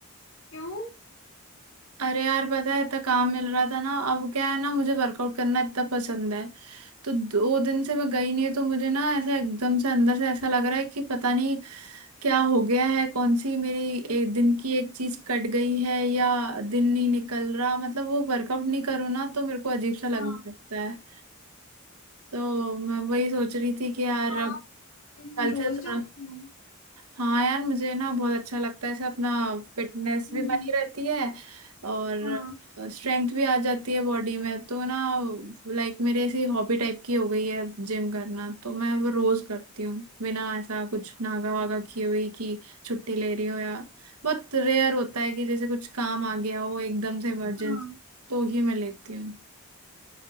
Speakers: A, on the left; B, on the right.
A: क्यों
B: अरे यार पता है इतना काम मिल रहा था ना अब क्या है ना मुझे वर्कआउट करना इतना पसंद है तो दो दिन से मैं गई नहीं तो मुझे ना ऐसा एकदम से अंदर से ऐसा लग रहा है कि पता नहीं क्या हो गया है कौन सी मेरी एक दिन की एक चीज कट गई है या दिन नहीं निकल रहा मतलब वो वर्कआउट नहीं करूँ ना तो मेरे को अजीब सा लगने
A: हाँ
B: लगता है तो मैं वही सोच रही थी कि यार
A: तो
B: अब
A: आप जिम
B: कल
A: रोज
B: से थोड़ा
A: जाते हो
B: हाँ यार मुझे ना बहुत अच्छा लगता है इससे अपना फिटनेस
A: हम्म,
B: भी बनी रहती है और
A: हाँ
B: स्ट्रेंथ भी आ जाती है बॉडी में तो ना लाइक मेरे ऐसी हॉबी टाइप की हो गई है जिम करना तो मैं वो रोज करती हूँ बिना ऐसा कुछ नागा वागा किए हुई कि छुट्टी ले रही हो या बहुत रेयर होता है कि जैसे कुछ काम आ गया हो एकदम से इमरजेंसी
A: हाँ
B: तो ही मैं लेती हूँ